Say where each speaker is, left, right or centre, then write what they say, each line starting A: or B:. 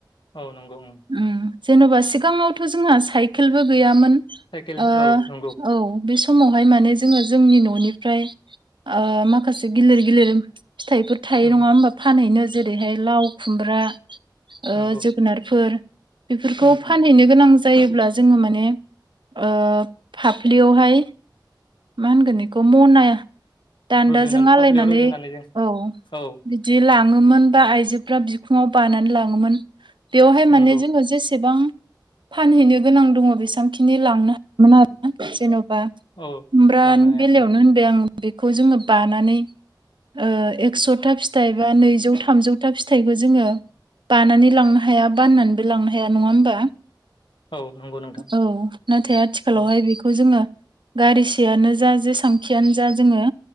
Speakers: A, on the left (about 80°); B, on the right (about 80°).
A: औ नंगौ ओं
B: ओम जेन'बा सिगाङावथ' जोंहा साइकेलबो गैयामोन
A: साइकेल
B: ओ
A: औ नंगौ
B: औ बे समावहाय माने जोङो जोंनि न'निफ्राय ओ माखासे गिलिर गिलिर फिथाइफोर थायो
A: उम
B: नङा
A: उम
B: होमबा फानहैनो जेरैहाय लाव खुमब्रा ओ
A: नंगौ
B: जोगोनारफोर बेफोरखौ
A: उम
B: फानहैनो गोनां जायोब्ला जोङो माने ओ फाफ्लियावहाय मा होनगोन बेखौ मनाय दान्दाजों
A: रुजुनानै
B: आलायनानै
A: फाफ्लियाव रुजुनानै जों
B: औ
A: औ
B: बि जि लाङोमोन बा आइजोफ्रा बिखुङाव बानानै लाङोमोन बेवहाय माने
A: नंगौ
B: जोङो जेसेबां फानहैनो गोनां दङ बेसां खि नि लांनो <unintelligible> जेन'बा खुमब्रानि
A: औ लांनो हायामोन
B: बेलायावनो होनबाय आं बेखौ जोङो बानानै ओ एकस'था फिथाइ बा नैजौ थामजौथा फिथाइखौ जोङो बानानै लांनो हाया बाननानैबो लांनो हाया नङा होमबा
A: औ नंगौ नोंथां
B: औ नाथाय आथिखालावहाय
A: औ
B: बेखौ जोङो गारिसेयानो जा जेसांखियानो जा जोङो